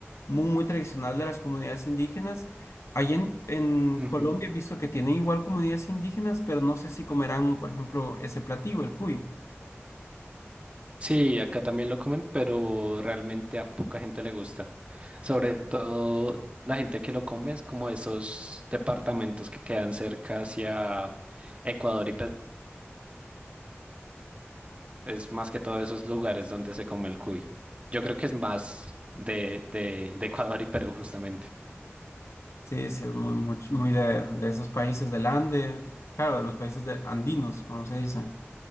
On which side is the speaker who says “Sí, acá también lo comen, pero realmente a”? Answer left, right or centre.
Right